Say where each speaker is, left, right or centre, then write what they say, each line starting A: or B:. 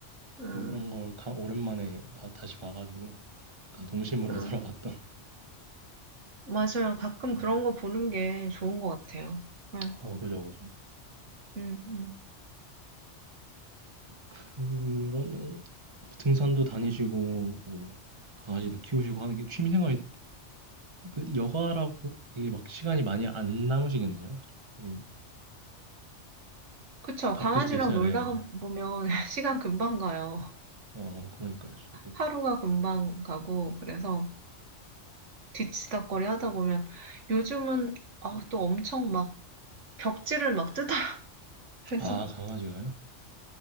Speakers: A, on the right; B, on the right.
A: 음,
B: 그런 걸 가- 오랜만에 봐- 다시 봐가지고 약간 동심으로
A: 음.
B: <laughs> 돌아갔던
A: 맞아요. 가끔 그런
B: 네,
A: 거 보는 게 좋은 것 같아요. 네.
B: 아, 뭐 그죠, 그죠.
A: 음, 음.
B: 그러면 등산도 다니시고 뭐 강아지도 키우시고 하는 게 취미생활이 그 여가라고 이게 막 시간이 많이 안 남으시겠네요. 이게
A: 그쵸.
B: 바쁘시겠어요,
A: 강아지랑 놀다가
B: 네.
A: 보면 <laughs> 시간 금방 가요.
B: 어, 그러니까요, 저도.
A: 하루가 금방 가고, 그래서. 뒤치다꺼리 하다 보면 요즘은 아, 또 엄청 막 벽지를 막 뜯어요. <laughs> 그래서
B: 아, 강아지가요?